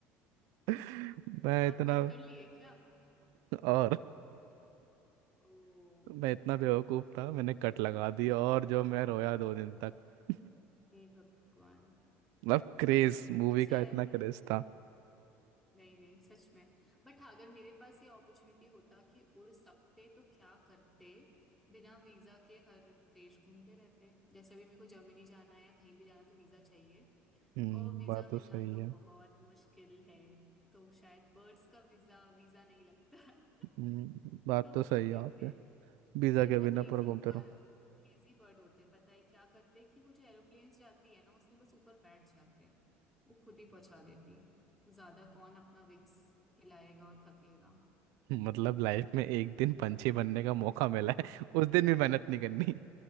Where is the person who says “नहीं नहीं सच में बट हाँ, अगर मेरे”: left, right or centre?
Centre